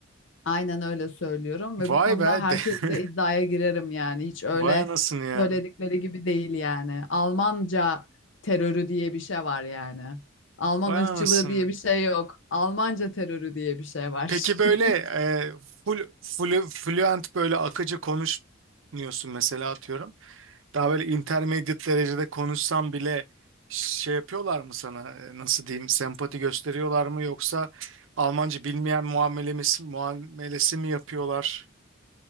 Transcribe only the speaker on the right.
Vay
be.
<laughs> de-
Vay anasını ya.
Vay
anasını.
Peki böyle
e, full, full, fluent böyle akıcı konuşmuyorsun mesela atıyorum. Daha böyle intermediate derecede konuşsan bile şey yapıyorlar mı sana e, nasıl diyeyim sempati gösteriyorlar mı yoksa Almanca bilmeyen muamelesi, muamelesi mi yapıyorlar?